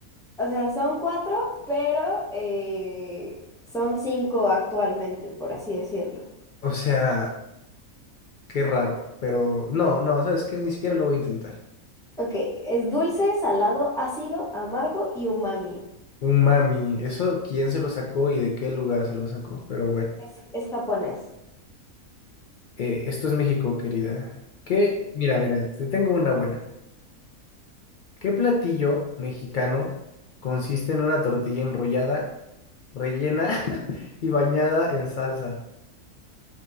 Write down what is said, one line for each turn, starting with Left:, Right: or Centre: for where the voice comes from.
Centre: o sea, son cuatro, pero eh, son cinco actualmente, por así decirlo.
Left: O sea, qué raro. Pero no, no, ¿sabes qué? Ni siquiera lo voy a intentar.
Centre: Ok, es dulce, salado, ácido, amargo y umami.
Left: Un mami, eso quién se lo sacó y de qué lugar se lo sacó. Pero bueno,
Centre: Es, es japonés.
Left: eh, esto es México, querida. Que, mira, mira, te tengo una buena. ¿Qué platillo mexicano consiste en una tortilla enrollada, rellena <laughs> y bañada en salsa?